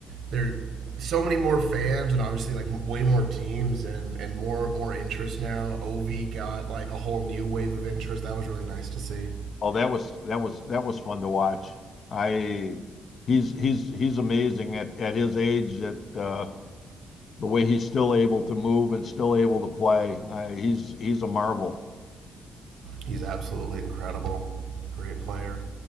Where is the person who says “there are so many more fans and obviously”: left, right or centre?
Right